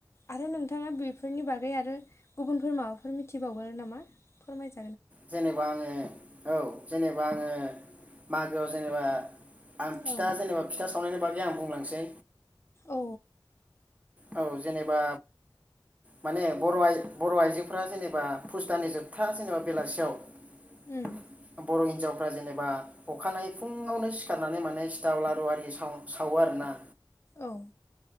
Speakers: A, on the left (about 35°); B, on the right (about 20°).
A: आरो नोंथाङा बेफोरनि बागै आरो गुबुनफोर माबाफोर मिथिबावगोन नामा फोरमाय
B: जेनेबा आङो औ जेनेबा आङो मागोआव जेनेबा आं फिथा
A: औ
B: जेनेबा फिथा सावनायनि बागै आं बुंलांसै।
A: औ
B: औ जेनेबा माने बर आइ बर' आइजोफोरा जेनेबा पुस दाननि जोबथा जेनेबा बेलासियाव <unintelligible>
A: उम।
B: बर' हिन्जावफ्रा जेनेबा अखानायै फुङावनो सिखारनानै माने सिथाव लारु आरि साव-सावो आरो ना
A: औ।